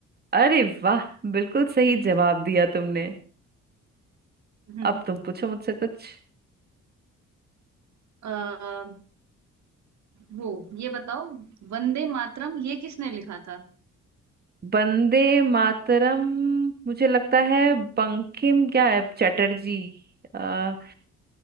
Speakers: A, on the right (about 30°); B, on the right (about 65°).
A: अरे वाह बिल्कुल सही जवाब दिया तुमने
B: हम्म,
A: अब तुम पूछो मुझसे कुछ
B: अ, वो ये बताओ वंदे मातरम ये किसने लिखा था
A: वंदे मातरम मुझे लगता है बंकिम क्या है चटर्जी आ,